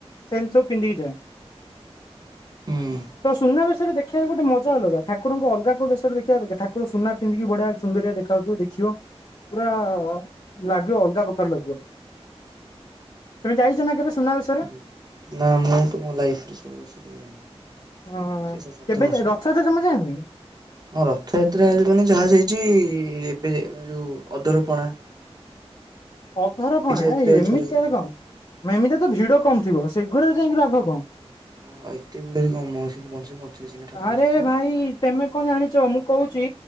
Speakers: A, on the left; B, on the right.
A: ସେମିତିବୁ ପିନ୍ଧିକି ଯାଏ।
B: ହୁଁ।
A: ତ ସୁନା ବେଶରେ ଦେଖିବାକୁ ଗୋଟେ ମଜା ଅଲଗା ଠାକୁଙ୍କୁ ଅଲଗା କ ବରେ ଦେଖିବା ଠାର ସୁନା ବଢିଆ ସୁନ୍ଦର ଦେଖାାଯାଉଥିବ ଦେଖିବ ପୁରା ଲାଗିବ ଅଲଗା ପ୍ରକାର ଲାଗିବ। ତୁମେ ଯାଇଛ ନା କେବେ ସୁନା ବିଷୟରେ
B: ହୁଁ। ନା ମୁଁ ତ ମୋ ଲାଇଫ ରେ ଷୋହଳ ବର୍ଷ ଯାଇନି।
A: ହଁ
B: ଏ ସରି ସତର
A: କେବେ
B: ବର୍ଷ।
A: ରଥ ଜମା ଯାଏନି?
B: ହଁ ରଥଯାତ୍ରା ମାନେ ଯାହା ଯାଇଛି ଏବେ ଯୋଉ ଅଦରପଣା।
A: ଅଧର ଫଣା
B: ଯାତ୍ରାରେ
A: ଏମିତି
B: ଥରେ
A: ଆରେ କଣ?
B: ଆଉ।
A: ମ ଏମିତି ତ ଭିଡ କମ ଥିବ ସେଗୁଡରେ ଯାଇକି ଲାଭ କଣ?
B: <unintelligible> ଠାକୁରଙ୍କୁ
A: ଆରେ
B: ଦେଖିବ।
A: ଭାଇ ତମେ କଣ ଜାଣିଛ ମୁଁ କହୁଛି